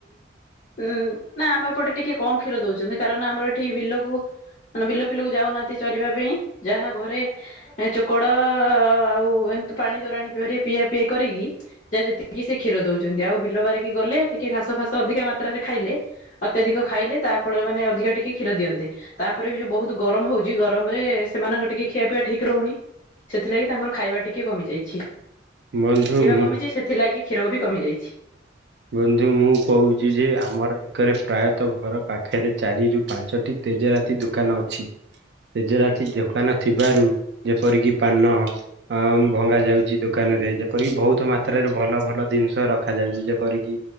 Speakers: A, on the left; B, on the right.
A: ଉଁ ନା ଆମ ଏପଟେ ଟିକେ କମ୍ କ୍ଷୀର ଦୋଉଛନ୍ତି କାରଣ ଆମର ଏଠି ବିଲକୁ ମାନେ ବିଲ ଫିଲକୁ ଯାଉନାହାନ୍ତି ଚରିବା ପାଇଁ ଯାହା ଘରେ ଚୋକଡ ଆଉ କିନ୍ତୁ ପାଣି ତୋରାଣି ପି ହାରିକା ପିଆ ପିଇ କରିକି ଯାହା ଯେତିକି ସେ କ୍ଷୀର ଦୋଉଚନ୍ତି ଆଉ ବିଲ ବାରିକି ଗଲେ ଟିକେ ଘାସ ଫାସ ଅଧିକା ମାତ୍ରାରେ ଖାଇଲେ ଆଉ ଅତ୍ୟାଧିକ ଖାଇଲେ ତା ଫଳରେ ମାନେ ଅଧିକ ଟିକେ କ୍ଷୀର ଦିଅନ୍ତେ ତାପରେ ବି ଯୋଉ ବୋହୁତ ଗରମ ହୋଉଚି ଗରମରେ ସେମାନେ ତାଙ୍କ ଟିକେ ଖିଆ ପିଇବା ଠିକ୍ ରୋହୁନି ସେଥିଲାଗି ତାଙ୍କର ଖାଇବା ଟିକେ କମି ଯାଇଛି
B: ବନ୍ଧୁ। ମୁଁ
A: କମିଚି ସେଥିଲାଗି କ୍ଷୀରକୁ ବି କମି ଯାଇଛି।
B: ବନ୍ଧୁ ମୁଁ କୋହୁଚି ଯେ ଆମର ଏକରେ ପ୍ରାୟତଃ ଘର ପାଖରେ ଚାରି ରୁ ପାଞ୍ଚଟି ତେଜରାତି ଦୂକାନ ଅଛି। ତେଜରାତି ଦୋକାନ ଥିବାରୁ ଯେପରିକି ପାନ ଅ ଭଙ୍ଗା ଯାଉଛି ଦୋକାନ ନେରେ ଯେପରିକି ବୋହୁତ ମାତ୍ରାରେ ଭଲ ଭଲ ଜିନିଷ ରଖାଯାଉଛି ଯେପରିକି କି